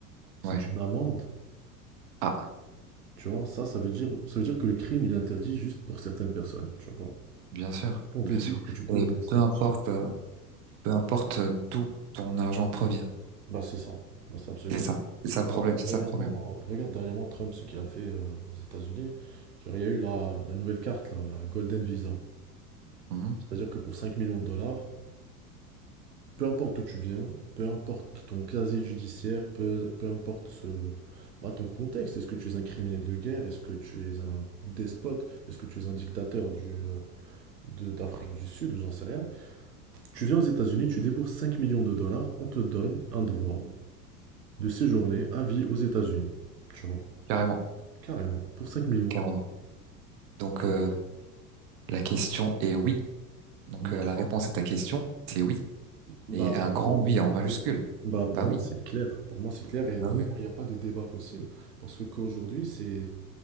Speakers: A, on the right; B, on the right.
A: c'est
B: Ouais.
A: une amende,
B: Ah,
A: Tu vois, ça, ça veut dire, ça veut dire que le crime, il est interdit juste pour certaines personnes, tu vois.
B: bien sûr,
A: On te
B: bien
A: dit
B: sûr.
A: que tu peux
B: Et
A: t'en sortir.
B: peu importe, euh, peu importe d'où ton argent provient.
A: Bah, c'est ça. Bah, c'est absolument
B: C'est ça,
A: ça.
B: c'est ça le
A: Bah,
B: problème,
A: regarde
B: c'est
A: dernièrement,
B: ça le problème.
A: regarde dernièrement Trump, ce qu'il a fait euh, aux États-Unis. Genre, il y a eu la, la nouvelle carte, là, la Golden Visa.
B: Mhm.
A: C'est-à-dire que pour 5 millions de dollars, peu importe d'où tu viens, peu importe ton casier judiciaire, peu, peu importe ce, bah, ton contexte, est-ce que tu es un criminel de guerre, est-ce que tu es un despote, est-ce que tu es un dictateur du, euh, de- d'Afrique du Sud, ou j'en sais rien. Tu viens aux États-Unis, tu débourses 5 millions de dollars, on te donne un droit de séjourner à vie aux États-Unis. Tu vois,
B: Carrément,
A: carrément, pour 5 millions.
B: carrément. Donc euh, la question est oui. Donc
A: Moi,
B: euh,
A: je
B: la
A: pense.
B: réponse à ta question, c'est oui.
A: Bah,
B: Et un
A: pour
B: grand
A: moi,
B: oui
A: pour
B: en
A: moi,
B: majuscule.
A: bah, pour
B: Bah
A: moi,
B: oui,
A: c'est clair. Pour moi, c'est clair et
B: bah
A: vraiment,
B: oui,
A: il n'y a pas de débat possible. Parce que qu'aujourd'hui, c'est,